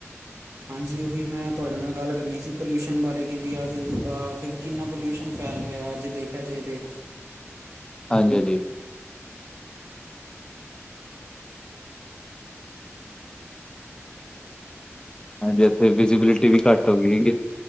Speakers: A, on the right (about 80°); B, on the left (about 15°).
A: ਹਾਂਜੀ ਓਹੀ ਮੈਂ ਤੁਹਾਡੇ ਨਾਲ ਗੱਲ ਕਰਨੀ ਸੀ ਪੋਲਿਊਸ਼ਨ ਬਾਰੇ ਕੀ ਵੀ ਅੱਜ ਤਾਂ। <unintelligible> ਕਿੰਨਾ ਪੋਲਿਊਸ਼ਨ ਫੈਲ ਰਿਐ ਅੱਜ ਦੇਖਿਆ ਜਾਏ ਤੇ।
B: ਹਾਂਜੀ ਹਾਂਜੀ। ਹਾਂਜੀ ਐਥੇ ਵਿਜ਼ਬਿਲਿਟੀ ਵੀ ਘੱਟ ਹੋ ਗਈ ਹੈਗੀ